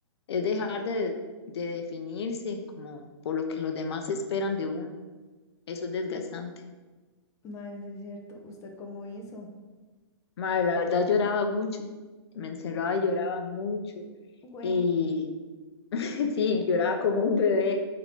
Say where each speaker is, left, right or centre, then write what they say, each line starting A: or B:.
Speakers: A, on the left; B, on the left.
A: es dejar de, de definirse como por lo que los demás esperan de uno. Eso es desgastante.
B: Mae, sí es cierto, ¿usted cómo hizo?
A: Madre, la verdad lloraba mucho, me encerraba y lloraba mucho
B: Güey,
A: y <laughs> sí, lloraba como un bebé